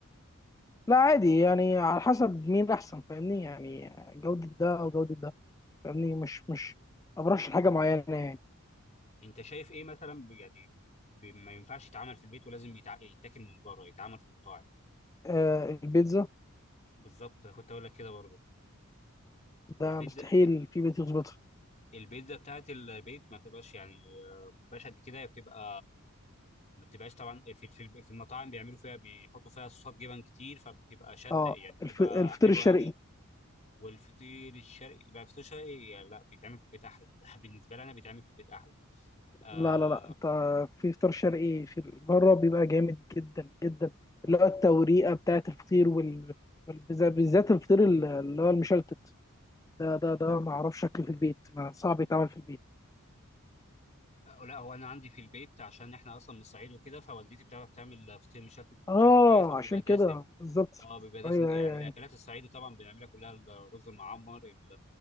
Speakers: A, on the left; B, on the left.
A: لا عادي يعني على حسب مين احسن فاهمني يعني جوده ده او جوده ده فاهمني مش مش ما برشح حاجه معينه يعني
B: انت شايف ايه مثلا ب- يعني ب- ما ينفعش يتعمل في البيت ولازم يتع... يتاكل من بره يتعمل في مطاعم
A: آه البيتزا
B: بالظبط كنت اقول لك كده برضه هي
A: ده
B: البيتزا
A: مستحيل في بيت يظبطها
B: البيتزا بتاعت البيت ما بتبقاش يعني آه، ما بتبقاش قد كده هي بتبقى ما بتبقاش طبعا في في في المطاعم بيعملوا فيها بيحطوا فيها صوصات جبن كتير فبتبقى شاده
A: اه
B: يعني بتبقى
A: الف... الفطير
B: حلوه
A: الشرقي
B: قوي والفطير الشرقي لا الفطير الشرقي لا بيتعمل في البيت احلى <laughs> بالنسبه لي انا بيتعمل في البيت احلى آه،
A: لا لا لا انت في فطار شرقي في بره بيبقى جامد جدا جدا اللي هو التوريقه بتاعت الفطير وال... وال... بالذات الفطير اللي هو المشلتت ده ده ده ما اعرفش شكله في البيت ما صعب يتعمل في البيت
B: أه، لا هو انا عندي في البيت عشان احنا اصلا من الصعيد وكده فوالدتي بتعرف تعمل فطير مشلتت
A: اه
B: بشكل كويس وبيبقى
A: عشان
B: دسم
A: كده بالظبط
B: اه بيبقى دسم
A: ايوه
B: يعني
A: ايوه
B: الاكلات
A: ايوه
B: الصعيدي طبعا بنعملها كلها الرز المعمر ال-